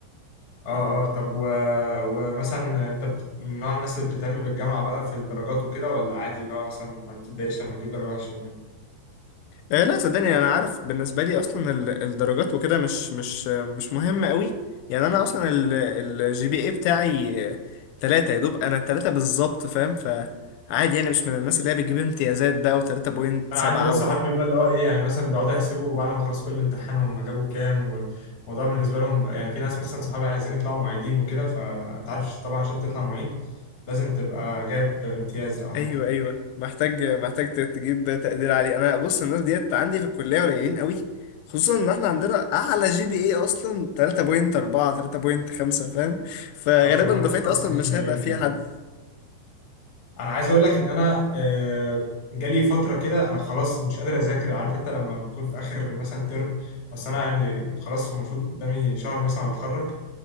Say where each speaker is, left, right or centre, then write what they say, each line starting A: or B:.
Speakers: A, on the left; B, on the left.
A: اه اه طب و... ومثلا أنت بت- من نوع الناس اللي بتهتم بالجامعة بقى في الدرجات وكده ولا عادي اللي هو مثلا ما بتتضايقش لما تجيب درجة وحشة وكده؟
B: آه، لا صدقني انا عارف بالنسبه لي اصلا ال- الدرجات وكده مش مش مش مهمه قوي يعني انا اصلا الجي بي اي بتاعي ثلاثة يا دوب انا ثلاثة بالظبط فاهم فعادي يعني مش من الناس اللي هي بتجيب امتيازات بقى وثلاثة بوينت
A: انا
B: سبعة
A: عندي ناس
B: و...
A: صحابي بقى اللي هو ايه يعني مثلا بيقعدوا يحسبوا بعد ما خلصوا كل امتحان هم جابوا كام والموضوع بالنسبه لهم يعني في ناس مثلا صحابي عايزين يطلعوا معيدين وكده فانت عارف طبعا عشان تطلع معيد لازم تبقى جايب امتياز او حاجه
B: ايوه
A: كده
B: ايوه محتاج محتاج ت- تجيب تقدير عالي انا بص الناس ديت عندي في الكليه قليلين قوي خصوصا ان احنا عندنا اعلى جي بي اي اصلا 3.4 3.5 فاهم فغالبا
A: اه فالمنافسه
B: دفعتي
A: اصلا
B: اصلا
A: حنينه
B: مش هيبقى
A: يعني
B: فيها حد
A: انا عايز اقول لك ان انا آه، جالي فتره كده انا خلاص مش قادر اذاكر عارف انت لما بكون في اخر مثلا ترم بس انا يعني خلاص المفروض قدامي شهر مثلا اتخرج